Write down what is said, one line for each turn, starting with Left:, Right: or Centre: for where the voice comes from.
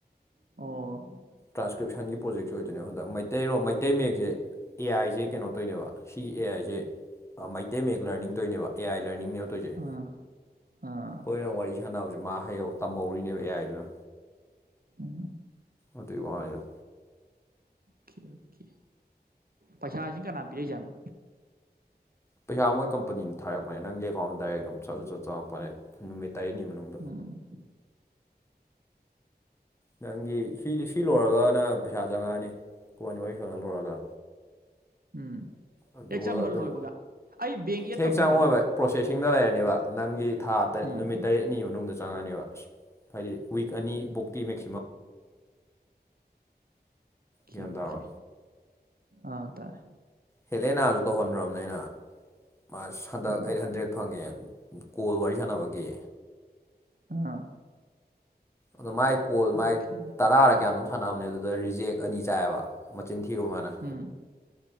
Right: ꯑꯣ
Left: ꯇ꯭ꯔꯥꯟꯁꯀ꯭ꯔꯤꯞꯁꯟꯒꯤ ꯄ꯭ꯔꯣꯖꯦꯛꯁꯨ ꯑꯣꯏꯗꯣꯏꯅꯦꯕ ꯍꯟꯗꯛ ꯃꯩꯇꯩꯔꯣ ꯃꯩꯇꯩ ꯃꯌꯦꯛꯁꯦ꯫ ꯑꯦ ꯑꯥꯏꯁꯦ ꯀꯩꯅꯣ ꯇꯣꯏꯅꯦꯕ ꯁꯤꯒꯤ ꯑꯦ ꯑꯥꯏꯁꯦ ꯃꯩꯇꯩ ꯃꯌꯦꯛ learning ꯇꯣꯏꯅꯦꯕ A I ꯂꯔꯅꯤꯡꯅꯦ꯫ ꯇꯣꯏꯖꯩ
Right: ah ah okay
Left: ꯍꯣꯏꯅ ꯋꯥꯔꯤ ꯁꯥꯟꯅꯕꯁꯤ ꯃꯥ ꯇꯝꯍꯧꯔꯤꯅꯦꯕ ꯑꯦꯌꯥꯏꯗꯨꯅ꯫
Right: ꯎꯝ
Left: ꯑꯗꯨ ꯋꯥꯉꯗꯣ
Right: ꯑꯣꯀꯦ ꯑꯣꯀꯦ ꯄꯩꯁꯥꯁꯤꯡ ꯀꯅꯥ ꯄꯤꯔꯛꯏꯖꯥꯠꯅꯣ?
Left: ꯄꯩꯁꯥ ꯃꯣꯏ ꯀꯄꯅꯤꯅ ꯊꯥꯔꯛꯄꯅꯦ ꯅꯪꯒꯤ ꯑꯦꯀꯥꯎꯟ ꯗꯥꯏꯔꯦꯛ ꯑꯗꯨꯝ ꯆꯠ ꯆꯠ ꯆꯠ ꯆꯪꯉꯛꯄꯅꯦ ꯅꯨꯃꯤꯠ ꯇꯔꯦꯠꯅꯤ ꯃꯅꯨꯡꯗ
Right: ꯎꯝ
Left: ꯅꯪꯒꯤ ꯁꯤꯗꯤ ꯁꯤ ꯂꯣꯏꯔꯒ ꯅꯪ ꯄꯩꯁꯥ ꯆꯪꯉꯛꯑꯅꯤ ꯀꯣꯟꯅꯤ ꯋꯥꯔꯤ ꯁꯣꯟꯅ ꯂꯣꯏꯔꯒ
Right: ꯎꯝ
Left: ꯑꯗꯨꯒ
Right: ꯑꯦꯛ ꯆꯪꯕ
Left: ꯑꯗꯨꯝ
Right: ꯂꯣꯏꯕꯒ ꯑꯩ ꯕꯦꯡ ꯑꯦꯗ
Left: ꯍꯦꯛ
Right: ꯇꯧꯁꯟꯗ꯭ꯔꯤ꯫
Left: ꯆꯪꯉꯛꯑꯣꯏꯕ ꯄ꯭ꯔꯣꯁꯦꯁꯤꯡꯗ ꯂꯩꯔꯅꯦꯕ ꯅꯪꯒꯤ ꯊꯥ
Right: ꯎꯝ
Left: ꯅꯨꯃꯤꯠ ꯇꯔꯦꯠꯅꯤ ꯃꯅꯨꯡꯗ ꯆꯪꯉꯅꯦꯕ ꯑꯁ ꯍꯥꯏꯗꯤ ꯋꯤꯛ ꯑꯅꯤꯐꯧꯇꯤ ꯃꯦꯛꯁꯤꯃꯝ
Right: ꯑꯣꯀꯦ
Left: ꯒ꯭ꯌꯥꯟ
Right: ꯑꯣꯀꯦ
Left: ꯇꯥꯔꯣ
Right: ꯑꯥ ꯇꯥꯥꯏ꯫
Left: ꯍꯦꯂꯦꯅꯥꯁꯨ ꯇꯧꯍꯟꯗ꯭ꯔꯕꯅꯤ ꯑꯅ ꯃꯥꯁ ꯍꯟꯗꯛ
Right: ꯎꯝ
Left: ꯑꯩꯠ ꯍꯟꯗ꯭ꯔꯦꯗ ꯐꯪꯉꯦ ꯀꯣꯜ ꯋꯥꯔꯤ ꯁꯥꯟꯅꯕꯒꯤ꯫
Right: ꯑꯥ
Left: ꯑꯗꯣ ꯃꯥꯏ ꯀꯣꯜ
Right: ꯑꯣꯀꯦ
Left: ꯃꯥꯏ ꯇꯔꯥꯔ ꯀꯌꯥꯅꯣ ꯁꯥꯟꯅꯕꯅꯦ ꯑꯗꯨꯗ ꯔꯤꯖꯦꯛ ꯑꯅꯤ ꯆꯥꯏꯑꯕ ꯃꯆꯤꯟ ꯊꯤꯔꯨ ꯃꯥꯅ
Right: ꯍꯥꯝ